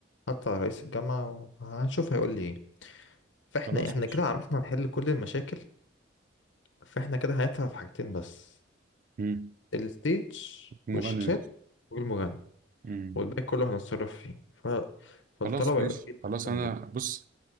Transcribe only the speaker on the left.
حتى على رئيس الجامعة وهنشوف هيقول لي إيه فإحنا
إحنا
كده عرفنا نحل كل المشاكل فإحنا كده هندفع في حاجتين بس
الستيج
والشاشات والمغني
والباقي كله هنتصرف فيه ف... فالطلبة
يبقى فيه الحاجتين
دول